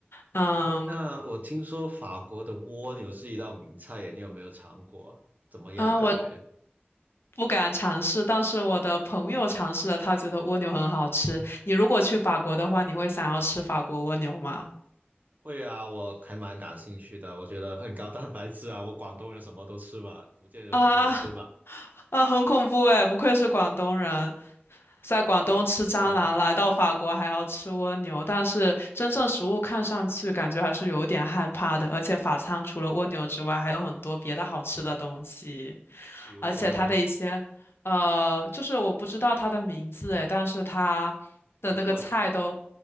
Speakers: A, on the left; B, on the right.
A: 嗯。
B: 哎，那我听说法国的蜗牛是一道名菜耶，你有没有尝过？怎么样感觉？
A: 嗯，呃我不敢尝试，但是我的朋友尝试了，他觉得蜗牛很好吃。你如果去法国的话，你会想要吃法国蜗牛吗？
B: 会啊，我还蛮感兴趣的，我觉得很高蛋白质啊。我广东人什么都吃嘛，福建人我们也吃嘛，
A: 啊啊，很恐怖哎！不愧是广东人，在广东吃蟑螂，
B: 开玩笑的。
A: 来到法国还要吃蜗牛。但是真正食物看上去感觉还是有点害怕的，而且法餐除了蜗牛之外，还有很多别的好吃的东西，
B: 比如说呢，
A: 而且它的一些呃，就是我不知道它的名字哎，但是它的那个菜都。
B: 法棍，